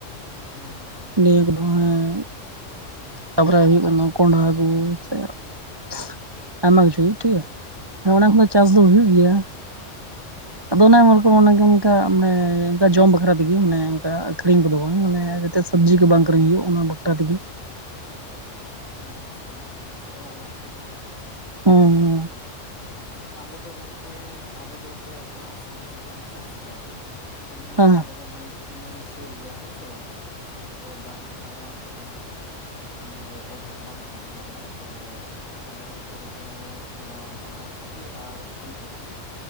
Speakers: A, on the left; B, on the right.
A: ᱦᱩᱸ, ᱦᱩᱸ᱾
B: ᱱᱤᱭᱟᱹ ᱠᱚᱫᱚ ᱦᱮᱸ ᱛᱟᱯᱚᱨᱮ ᱦᱩᱭᱩᱜ ᱠᱟᱱᱟ ᱠᱚᱸᱰᱷᱟ ᱠᱚ ᱥᱮ <inaudible> ᱟᱭᱢᱟ ᱠᱤᱪᱷᱩ ᱜᱮ ᱴᱷᱤ ᱜᱮᱭᱟ ᱾ ᱦᱮᱸ ᱚᱱᱟ ᱠᱚᱨᱮ
A: ᱦᱩᱸ
B: ᱪᱟᱥ ᱫᱚ ᱦᱩᱭᱩᱜ ᱜᱮᱭᱟ? ᱟᱫᱚ ᱚᱱᱮ <unintelligible> ᱢᱟᱱᱮ ᱚᱱᱠᱟ ᱡᱚᱢ ᱵᱟᱠᱷᱨᱟ ᱛᱮᱜᱮ ᱢᱟᱱᱮ ᱚᱱᱠᱟ ᱾ ᱟᱹᱠᱷᱨᱤᱧ ᱠᱚᱫᱚ ᱵᱟᱝ ᱢᱟᱱᱮ ᱡᱟᱛᱮ ᱥᱚᱵᱽᱡᱤ ᱠᱚ ᱵᱟᱝ ᱠᱤᱨᱤᱧ ᱦᱩᱭᱩᱜ ᱚᱱᱟ ᱵᱟᱠᱷᱨᱟ ᱛᱮᱜᱮ ᱾
A: ᱟᱪᱪᱷᱟ ᱟᱪᱪᱷᱟ ᱟᱪᱷᱟ ᱚᱲᱟᱜ ᱵᱟᱠᱷᱨᱟ ᱜᱮ ᱦᱮᱸᱥᱮ ᱵᱟᱝ ᱾
B: <inaudible>
A: ᱟᱞᱮ ᱫᱚ ᱜᱚᱝᱠᱮ ᱟᱞᱮ ᱫᱚᱞᱮ ᱚᱠᱟ ᱥᱚᱵᱽᱡᱤ ᱠᱚᱞᱮ ᱪᱟᱥ ᱜᱮᱭᱟᱞᱮ ᱱᱤᱭᱟᱹ
B: ᱦᱮᱸ
A: ᱟᱞᱮ ᱫᱚ ᱵᱟᱱ ᱱᱟᱹᱭ ᱥᱩᱨ ᱜᱮᱭᱟ ᱦᱮᱸ ᱥᱮ ᱵᱟᱝ ᱾ ᱛᱚ ᱫᱟᱜ ᱨᱮᱱᱟᱜ ᱢᱟ ᱠᱳᱱᱳ ᱢᱚ ᱚᱵᱵᱷᱟᱵᱽ ᱵᱟᱝ ᱛᱟᱦᱮᱱ ᱜᱮᱭᱟ ᱛᱚ ᱟᱞᱮ ᱱᱚᱛᱮ ᱨᱮᱫᱚ ᱱᱚᱣᱟ ᱵᱟᱸᱫᱟᱷᱟ ᱠᱚᱯ ᱯᱤ ᱟᱨ ᱯᱷᱩᱞ ᱠᱚᱯᱤ